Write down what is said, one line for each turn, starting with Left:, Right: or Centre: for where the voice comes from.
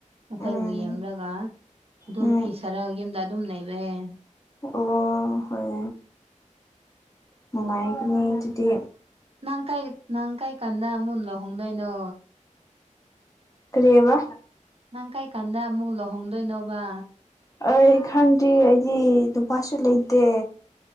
Right: ꯃꯈꯣꯏꯕꯨ
Left: ꯎꯝ
Right: ꯌꯦꯡꯔꯒ ꯑꯗꯨꯝ
Left: ꯎꯝ
Right: ꯐꯤ ꯁꯥꯔꯒ ꯌꯨꯝꯗ ꯑꯗꯨꯝ ꯂꯩꯕꯌꯦ
Left: ꯑꯣ ꯍꯣꯏ ꯅꯨꯡꯉꯥꯏꯒꯅꯤ ꯗꯨꯗꯤ
Right: ꯅꯪ ꯀꯥꯏ ꯅꯪ ꯀꯥꯏꯀꯥꯟꯗ ꯑꯃꯨ ꯂꯨꯍꯣꯡꯗꯣꯏꯅꯣ
Left: ꯀꯔꯤꯕ
Right: ꯅꯪ ꯀꯥꯏ ꯀꯥꯟꯗ ꯑꯃꯨ ꯂꯨꯍꯣꯡꯗꯣꯏꯅꯣꯕ
Left: ꯑꯩ ꯈꯪꯗ꯭ꯔꯤ ꯑꯩꯗꯤ ꯅꯨꯄꯥꯁꯨ ꯂꯩꯇꯦ